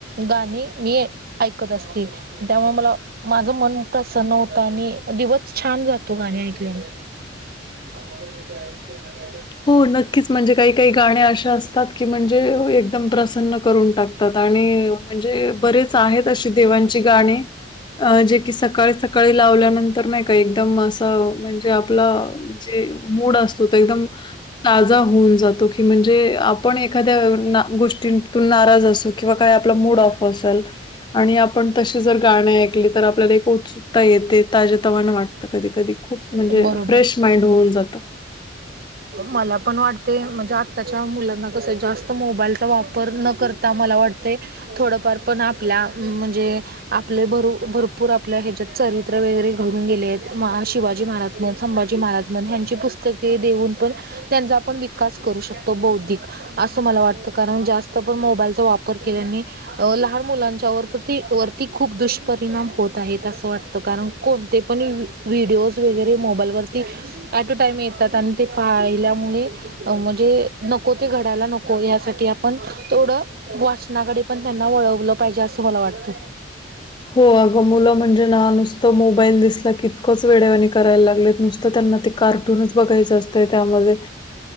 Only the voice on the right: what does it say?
गाणी मी ऐकत असते. त्यामुळे मला माझं मन प्रसन्न होतं आणि दिवस छान जातो गाणी ऐकल्याने. <unintelligible>
बरोबर.
मला पण वाटते म्हणजे आताच्या मुलांना कस जास्त मोबाईलचा वापर न कर ता मला वाटतय थोडंफार पण आपल्या अम म्हणजे, आपले भर भरपूर आपल्या ह्याच्यात चरित्र वगैरे घडून गेले आहेत महा शिवाजी महाराज. संभाजी महाराज म्हण यांची पुस्तक ते देऊन पण त्यांचा आपण विकास करू शकतो बौद्धिक. असं मला वाटतं कारण जास्त पण मोबाईलचा वापर केल्यानी अ लहान मुलांच्या वती वरती खूप दुष्परिणाम होत आहेत असं वाटतं कारण कोणते पण व्हिडिओज वगैरे मोबाईलवरती ऍट अ टाईम येत. त्याात आणि ते पाहिल्यामुळे अ म्हणजे नको ते घडायला नको यासाठी आपण थोडं. वाचनाकडे पण त्यांना वळवलं पाहिजे असं मला वाटतं.